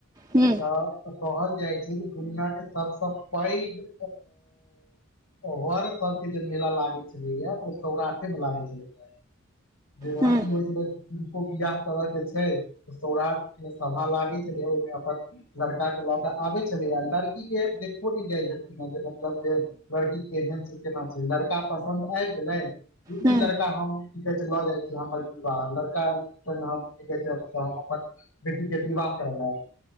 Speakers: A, on the right; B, on the left.
A: हूँ
B: कहल जाइ छै जे दुनिया के सबस पैघ वर सब के जे मेला लागे चलय ओ सौराठे मे लागे चलयै द
A: हूँ
B: बिआह करय कें सौराट मे सभा लागे छल अपन लड़का के लऽ के आबे छलै अडर देखोब न जाइ छै मतलब जे लड़की केहन छै केना छै लड़का पसन्द आबि गेलै ई
A: हूँ
B: लड़का हम की कहे छै लऽ जाइ छी हमर विवाह लड़का स अपन बेटी के विवाह कर